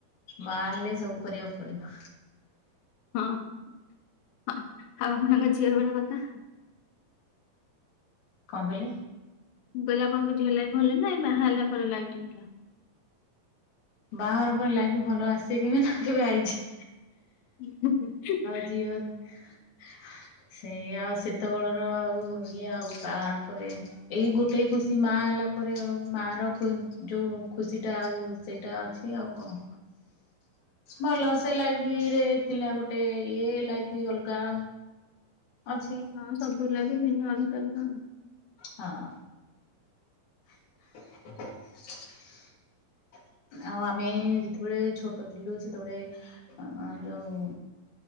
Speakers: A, on the left; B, on the left.
A: ମା ହେଲେ ସବୁ କରିବାକୁ ପଡ଼ିବ।
B: ହଁ-ହଁ ଆଉ ଆପଣଙ୍କ ଝିଅବେଳ କଥା
A: କଣ କହିଲେ?
B: ମୁଁ କହିଲେ ଆପଣଙ୍କ ଝିଅ ଲାଇଫ୍ ଭଲ ନା ଏଇ ବାହାହେଲା ପରେ ଲାଇଫ୍ ଟି ଭଲ?
A: ବାହାଘର ପରେ ଲାଇଫ୍ ଭଲ ଆସେ କେବେ ନା କେବେ ଆଇଛି
B: <inaudible>
A: <unintelligible> ସେ ଆଉ ସେତେବେଳର ଆଉ ଇଏ ଆଉ <unintelligible> ପରେ ଏଇ ଗୋଟେ ଖୁସି ମା ହେଲା ପରେ ମା ର ଯୋଉ ଖୁସି ଟା ଆଉ ସେଇଟା ଅଛି ଆଉ କଣ। ଭଲ ସେ ଲାଇଫେରେ ଥିଲା ଗୋଟେ ଇଏ ଲାଇଫ ଅଲଗା ଅଛି
B: ହଁ ସବୁ
A: ସେମତି
B: ଲାଗେ ଭିନ୍ନ <unintelligible>
A: ହଁ। <inaudible> ଆଉ ଆମେ ଯେତେବେଳେ ଛୋଟ ଥିଲୁ ସେତେବେଳେ ଅଁ ଯୋଉ